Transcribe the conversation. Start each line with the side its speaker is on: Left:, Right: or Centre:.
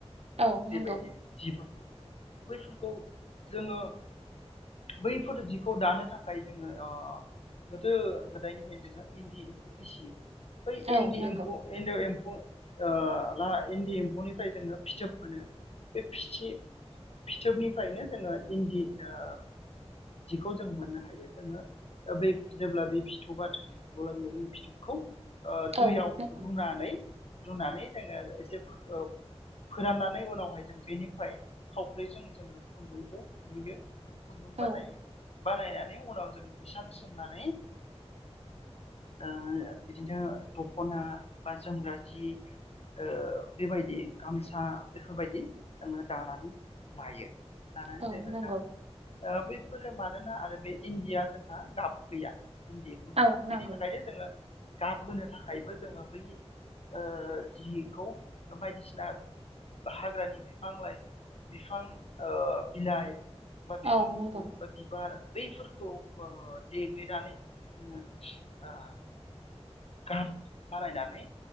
Right: औ
Left: बेबायदि
Right: नंगौ
Left: जिफोरखौ बैफोरखौ जोङो बैफोर जिखौ दानो थाखाय जोङो ओ गोदो -गोदायनिफ्रायनो जोङो इन्दि एम्फौ फिसियो बै
Right: औ
Left: इन्दि
Right: नंगौ
Left: एम्फौ एन्दो एम्फौ फौ ओ ला इन्दि एम्फौनिफ्राय जोङो फिथोब मोनो बे फिथि फिथोबनिफ्रायनो जोङो इन्दि ओ जिखौ जों मोननो हायो। जोङो बे जेब्ला बे फिथोबा थोबो अब्ला बियो बै फिथोबखौ ओ
Right: औ
Left: दैयाव
Right: नंगौ
Left: रुनानै रुनानै जोङो एसे फो ओ
Right: <inaudible>
Left: फोराननानै उनावहाय जों बेनिफ्राय थावख्रिजों जोङो खुन्दुंखौ लुयो। खुन्दुं
Right: औ
Left: बानायो। बानायनानै उनाव जों इसान सोंनानै ओ बिदिनो दख'ना बा जोमग्रा जि ओ बेबायदि गामसा बेफोरबायदि जोङो दानानै लायो। लानानै
Right: औ
Left: जोङो
Right: नंगौ
Left: गानो। ओ बैफोरो मानोना आरो बे इन्दिया जोंहा गाब गैया। इन्दि खुन्दुङा
Right: औ नंगौ
Left: बिनि थाखायनो जोङो गाबहोनो थाखायबो जोङो बै ओ जिखौ ओ बायदिसिना हाग्रानि बिफां लाइ बिफां ओ बिलाइ बा बिफां
Right: औ
Left: बिगुर
Right: नंगौ
Left: बा बिबार बैफोरखौ ओ देग्लिनानै जोङो ओ गाब बानायनानै